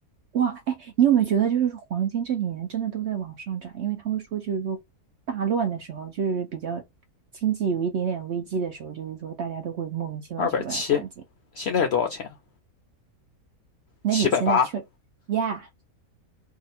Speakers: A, on the right (about 65°); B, on the left (about 65°).
A: 哇，哎，你有没有觉得，就是黄金这几年真的都在往上涨？因为他们说，就是说大乱的时候，就是比较经济有一点点危机的时候，就是说大家都会莫名其妙去买黄金。
B: 二百七，现在是多少钱啊？
A: 那你现在去呀，
B: 七百八。